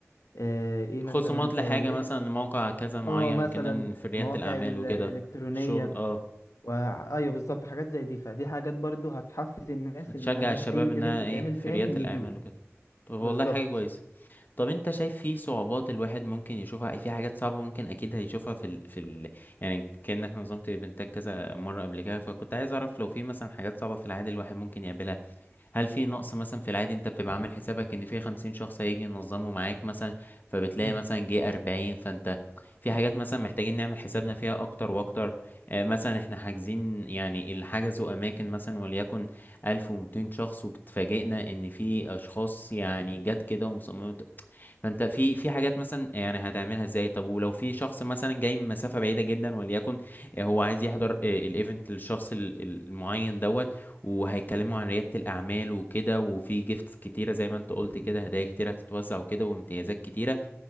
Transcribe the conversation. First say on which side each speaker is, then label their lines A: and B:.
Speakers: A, on the left; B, on the left.
A: آه، ايه
B: خصومات
A: مثلا
B: لحاجه
A: آه، اللي
B: مثلا
A: هي
B: لموقع كذا معين
A: اه مثلا
B: ممكن نعمل في رياده
A: مواقع
B: الاعمال
A: ال-
B: وكده
A: الالكترونيه
B: الشغل اه
A: و... ايوه بالظبط حاجات زي دي فدي حاجات برضو هتحفز الناس
B: تشجع
A: انها
B: الشباب
A: أف- اي
B: انها
A: ايفنت يتعمل
B: ايه في
A: تاني
B: ريادة الاعمال
A: يجيوا
B: وكده طب والله
A: بالظبط
B: حاجة كويسة طب انت شايف في صعوبات الواحد ممكن يشوفها في حاجات صعبة ممكن اكيد هيشوفها في ال... في ال... يعني كأنك نظمت ايفنتات كذا مرة قبل كده فكنت عايز اعرف لو في مثلا حاجات صعبة في العادي الواحد ممكن يقابلها هل في نقص مثلا في العادي انت بتبقى عامل حسابك ان في خمسين شخص هيجي ينظموا معاك مثلا فبتلاقي
A: امم
B: مثلا جه أربعين فانت في حاجات مثلا محتاجين نعمل حسابنا فيها اكتر واكتر آه، مثلا احنا حاجزين يعني اللي حجزوا اماكن مثلا وليكن ألف ومتين شخص واتفاجئنا ان في اشخاص يعني جت كده ومصممة فانت في في حاجات مثلا يعني هتعملها ازاي طب ولو في شخص مثلا جاي من مسافه بعيده جدا وليكن هو عايز يحضر الايفنت للشخص ال- ال- المعين دوت وهيتكلموا عن رياده الاعمال وكده وفي جيفتس كتيره زي ما انت قلت كده هدايا كتيره هتتوزع وكده وامتيازات كتيره